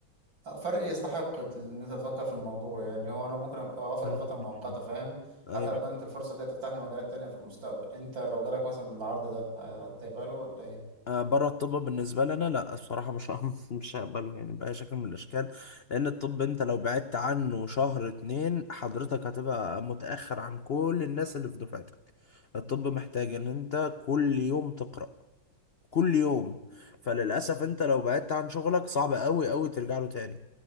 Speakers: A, on the right (about 70°); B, on the left (about 70°).
A: آه، فرق يستحق ان انت تفكر في الموضوع يعني هو انا ممكن أبقى اوافق
B: مم.
A: لفترة مؤقتة فاهم
B: ايوه
A: حتى لو كانت الفرصة دي هتفتح لي مجالات تانية في المستقبل انت لو جالك مثلا العرض ده آه، هتقبله ولا ايه؟
B: آه بره الطب بالنسبه لنا لا الصراحه مش هم- <laughs> مش هقبله يعني باي شكل من الاشكال لان الطب انت لو بعدت عنه شهر اتنين حضرتك هتبقى متاخر عن كل الناس اللي في دفعتك الطب محتاج ان انت كل يوم تقرا كل يوم فللأسف انت لو بعدت عن شغلك صعب قوي قوي ترجع له تاني